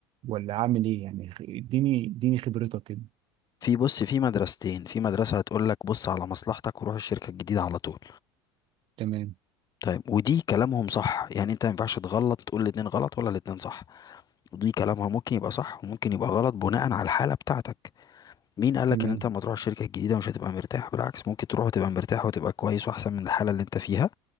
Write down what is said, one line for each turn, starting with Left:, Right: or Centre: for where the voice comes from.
Right: ولا اعمل ايه يعني خ- اديني اديني خبرتك كده
Left: في بص في مدرستين في مدرسة هتقول لك بص على مصلحتك وروح الشركة الجديدة على طول
Right: تمام
Left: طيب ودي كلامهم صح يعني انت ما ينفعش تغلط تقول الاتنين غلط ولا الاتنين صح دي كلامها ممكن يبقى صح وممكن يبقى غلط بناء على الحالة بتاعتك مين قالك
Right: تمام
Left: ان انت لما تروح الشركة الجديدة مش هتبقى مرتاح بالعكس ممكن تروح وتبقى مرتاح وتبقى كويس واحسن من الحالة اللي انت فيها